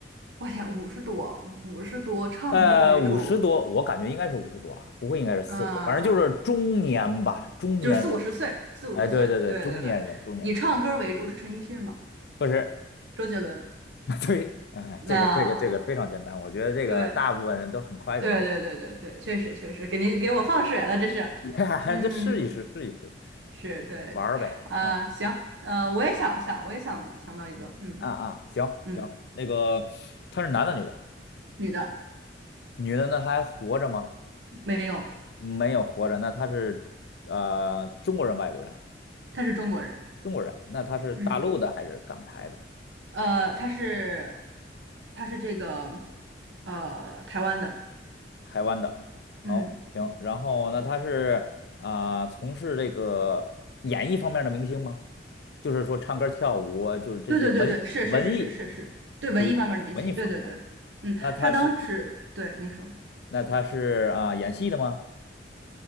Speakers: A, on the right; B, on the left.
A: 我天，五十多，五十多，唱歌为主，
B: 呃，五十多，我感觉应该是五十多啊，不会应该是四十多，
A: 嗯、
B: 反正就是中年吧，中年人。
A: 就是四五十岁，四五十岁，
B: 哎，对对对，
A: 对对对，
B: 中年人，中年人
A: 以唱歌为主是陈奕迅吗？
B: 不是，
A: 周杰伦？
B: <laughs> 对，嗯，
A: 那
B: 这个这个这个非常简单，我觉得这个大部分人都很快就能
A: 对对对对对对，确实确实，给您给我放水了，这是，
B: 猜，
A: 嗯，
B: <laughs> 这试一试，试一试，
A: 是对，
B: 玩儿呗，
A: 啊、
B: 嗯，
A: 行，呃，我也想想，我也想想到一个，嗯
B: 啊啊，行行，
A: 嗯，
B: 那个他是男的女的？
A: 女的。
B: 女的呢还活着吗？
A: 没有，
B: 没有活着，那他是呃中国人、外国人？
A: 他是中国人。
B: 中国人，那他是大陆的还是港台的？
A: 嗯，呃，他是他是这个呃台湾的。
B: 台湾的。哦，
A: 嗯，
B: 行，然后那他是啊、从事这个演艺方面的明星吗？就是说唱歌跳舞啊，就是这些文文艺，
A: 对对对对，是是是是是是，对文艺方面的明星，
B: 属于文艺方面。
A: 对对对。嗯，
B: 那他是
A: 他当时对你说，
B: 那他是啊、演戏的吗？